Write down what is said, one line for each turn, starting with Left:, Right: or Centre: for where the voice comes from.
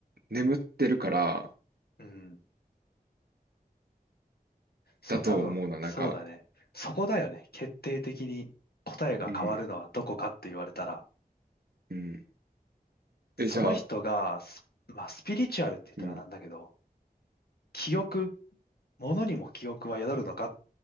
Right: 眠ってるから
Left: うん、うん。そう、
Right: だと思うな、
Left: 多分、
Right: なんか、
Left: そうだね。そこだよね。決定的に答えが変わるのはどこかって言われたら、
Right: うん、うん。
Left: その人がス、
Right: え、じゃあ、
Left: まあ、スピリチュアルって言ったらなんだけど、
Right: うん、
Left: 記憶、ものにも記憶は宿るのかっ